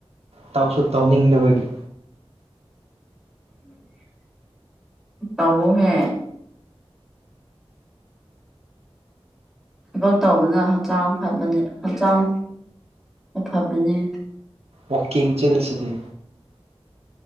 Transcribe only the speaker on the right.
ꯇꯧꯁꯨ ꯇꯧꯅꯤꯡꯗꯕꯒꯤ
ꯋꯥꯛꯀꯤꯡ ꯆꯦꯜꯂꯤꯁꯤꯗꯤ